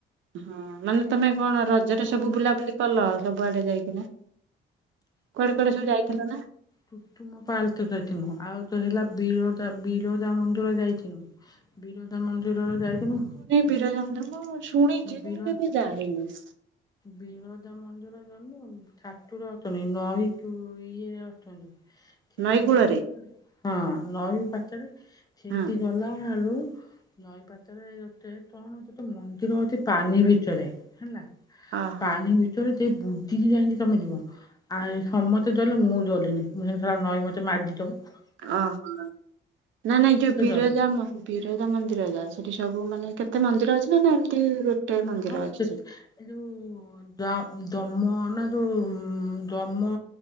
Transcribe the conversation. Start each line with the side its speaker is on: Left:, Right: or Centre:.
Right: ହଁ, ମାନେ ତମେ କଣ ରଜରେ ସବୁ ବୁଲାବୁଲି କଲ, ସବୁ ଆଡେ ଯାଇକିନା? କୁଆଡେ କୁଆଡେ ସବୁ ଯାଇଥିଲ ନା?
Left: ତୁତୁମ ପାଲକ ଯାଇଥିନୁ, ଆଉ ତ ହେଲା ବିରଦା ବିରଦା ମନ୍ଦିର ଯାଇଥିନୁ। ବିରଦା ମନ୍ଦିରରୁ ଯାଇଥିନୁ
Right: ବୀରଜା ମନ୍ଦିର ମୁଁ ଶୁଣିଚି କିନ୍ତୁ
Left: ବିର
Right: କେବେ ଯାଇନି।
Left: ବିରଜା ମନ୍ <unintelligible> ଠାକୁର ଅଛନ୍ତି, ନଈ ଯୋ ଇଏ ଅଛନ୍ତି। ସେଇ
Right: ନଈ କୂଳରେ
Left: ନଈଠୁ ହଁ, ନଈ ପାଖରେ ସେଇଠି
Right: ହଁ
Left: ଗଲା ଆଳୁ, ନଈ ପାତରେ ଗୋତେ କଣ ଗୋତେ ମନ୍ଦି ରହୁଚି ପାନି ଭିତରେ, ହେଲା,
Right: ଓହୋ
Left: ପାଣି ଭିତ ତରେ ସେ ବୁଡିକି ଯାଇକି ତମେ ଯିବ। ଆଏ ସମତେ ଜଲେ, ମୁଁ ଜଲିନି, ମୁଁ ଯେମିତି ସଲା ନଈ ମତେ ମାଡିଦବ।
Right: ଓଁ ହଁ, ନା ନାଇଁ ଯୋଉ ବିରଜା
Left: ଡରିଲେ।
Right: ମହି ବିରଜା ମନ୍ଦିର ଯା, ସେଠି ସବୁ ମାନେ କେତେ ମନ୍ଦିର ଅଛି ନା? ନା ଏମିତି ମନ୍ଦିର
Left: ହଁ,
Right: ଅଛି
Left: କେତେ
Right: ସେଠି?
Left: ଏ ଯୋଉ ଦ-ଦମ ନା ଯୋଉ, ଦମ